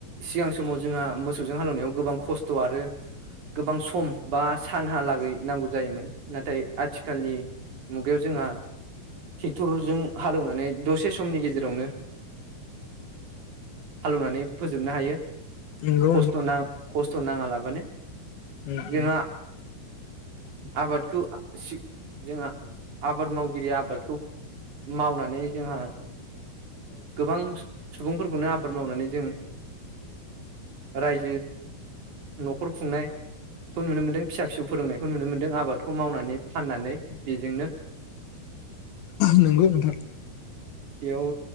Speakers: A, on the right (about 50°); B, on the left (about 70°).
A: सिगां समाव जोंहा मोसौजों हालेवनायाव गोबां खस्थ' आरो गोबां सम बा सानहालागै नांगौ जायोमोन। नाथाय आथिखालनि मुगायाव जोंहा ट्रेक्टरजों हालेवनानै दसे समनि गेजेरावनो हालौनानै फोजोबनो हायो।
B: नंगौ
A: खस्थ' ना खस्थ सम नांङा लाबानो।
B: उम
A: जोंहा
B: उम।
A: आबादखौ जोंहा आबाद मावगिरि आबादखौ मावनानै जोंहा गोबां सुबुंफोरखौनो आबाद मावनानै जों रायजो न'खर खुंनायखौ नुनो मोनदों फिसा फिसौ फोरोंनायखौ नुनो मोनदों आबाद खौ मावनानै फाननानै बेजोंनो।
B: नंगौ नोंथां।
A: इयाव